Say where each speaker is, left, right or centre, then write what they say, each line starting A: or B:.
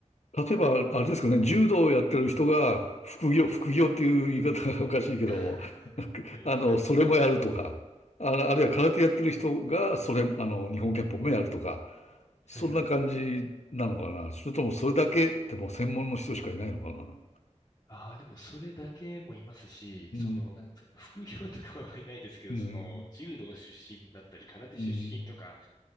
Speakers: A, on the left (about 65°); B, on the left (about 30°).
A: 例えば、あれですかね、柔道をやってる人が、副業、副業っていう言い方が <laughs> おかしいけども、
B: <laughs>
A: <laughs>
B: はい。
A: あの、それもやるとか、ある、あるいは空手やってる人が、それ、あの、日本拳法もやるとか、そんな感じなのかな。
B: はいはい
A: それともそれだけってもう専門の人しかいないのかな。
B: ああ、でもそれだけもいますし、
A: うん、
B: その、なんですか、副業とかはいないですけど、
A: うん、
B: その、柔道出身だったり、空手出身とか
A: うん、